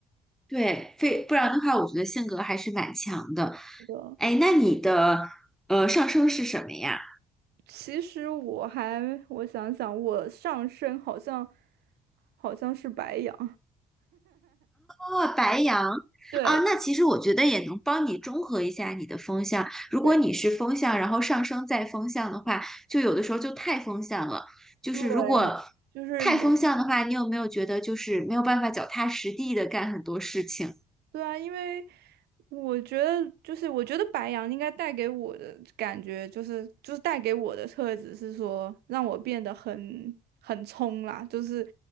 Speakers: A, in the centre; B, on the right (about 60°).
A: 对，非不然的话，我觉得性格还是蛮强的。
B: 是的
A: 哎，那你的呃上升是什么呀？
B: 其实我还我想想，我上身好像好像是白羊，
A: 哦，白羊
B: 对
A: 啊，那其实我觉得也能帮你中和一下你的风向。如果你是风向，
B: 对
A: 然后上升再风向的话，就有的时候就太风向了。就是如果
B: 对，就是有。
A: 太风向的话，你有没有觉得就是没有办法脚踏实地的干很多事情？
B: 对啊，因为我觉得就是我觉得白羊应该带给我的感觉就是就是带给我的特质是说让我变得很很冲啦，就是